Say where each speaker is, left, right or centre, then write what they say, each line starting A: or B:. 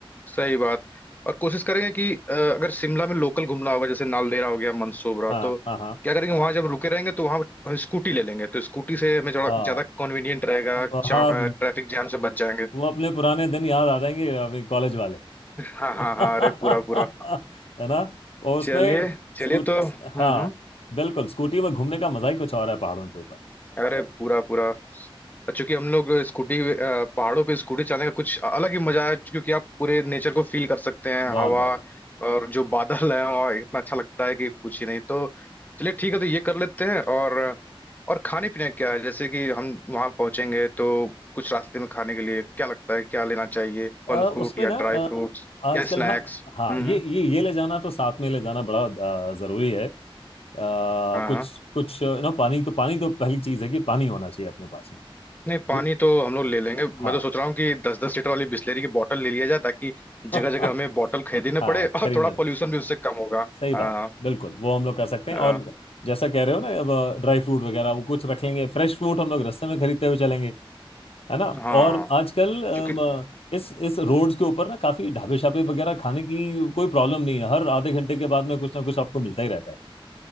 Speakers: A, on the left (about 20°); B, on the left (about 85°).
A: सही बात और कोशिश करेंगे कि अ, अगर शिमला में लोकल घूमना होगा जैसे नालदेहरा हो गया मंसूबरा
B: हाँ
A: तो
B: हाँ हाँ
A: क्या करेंगे वहां जब रुके रहेंगे तो वहां स्कूटी ले लेंगे तो स्कूटी से हमें थोड़ा
B: हाँ
A: ज्यादा कन्वीनियंट रहेगा
B: हाँ
A: ट्रैफिक जाम से बच जाएंगे
B: वो अपने पुराने दिन याद आ जाएंगे अभी कॉलेज वाले <laughs>
A: हाँ हाँ
B: है
A: हाँ अरे पूरा पूरा
B: ना और उसमें
A: चलिए चलिए
B: स्कूट
A: तो हम्म
B: हाँ
A: हम्म
B: बिल्कुल स्कूटी में घूमने का मजा ही कुछ और है पहाड़ों के ऊपर
A: अरे पूरा पूरा और चूंकि हम लोग स्कूटी अ, पहाड़ों पे स्कूटी चलाने का कुछ अलग ही मजा है क्योंकि आप पूरे नेचर को फील कर सकते हैं
B: बहुत
A: हवा
B: बढ़िया
A: और जो बादल है और इतना अच्छा लगता है कि पूछ ही नहीं तो चलिए ठीक है तो ये कर लेते हैं और और खाने पीने क्या है जैसे कि हम वहां पहुंचेंगे तो कुछ रास्ते में खाने के लिए क्या लगता है क्या लेना चाहिए
B: अ,
A: फल फ्रूट
B: उसमें
A: या
B: ना
A: ड्राई
B: अ,
A: फ्रूट्स
B: आजकल
A: या स्नैक्स
B: हाँ हाँ
A: हम्म
B: ये ये ये ले जाना तो साथ में ले जाना बड़ा अ, जरूरी है अ, कुछ
A: हाँ
B: कुछ ना पानी तो पानी तो पहली चीज है कि पानी होना चाहिए अपने पास में
A: नहीं
B: दू-
A: पानी तो हम लोग ले लेंगे
B: हाँ
A: मैं तो सोच रहा हूँ कि दस दस लीटर वाली बिस्लेरी की बोतल ले लिया जाए ताकि जगह
B: <laughs>
A: जगह हमें बोतल खरीदने
B: हाँ
A: पड़े
B: खरीदना
A: और थोड़ा पोल्यूशन भी उससे कम होगा
B: सही बात
A: आ,
B: है बिल्कुल वो हम लोग कर सकते हैं
A: आ,
B: और जैसा कह रहे हो ना अब ड्राई फ्रूट वगैरह वो कुछ रख लेंगे फ्रेश फ्रूट हम लोग रास्ते में खरीदते हुए चलेंगे है ना
A: हाँ
B: और आजकल अम,
A: क्योंकि
B: इस इस रोड्स के ऊपर ना काफी ढाबे शाबे वगैरह खाने की कोई प्रॉब्लम नहीं है हर आधे घंटे के बाद में कुछ ना कुछ आपको मिलता ही रहता है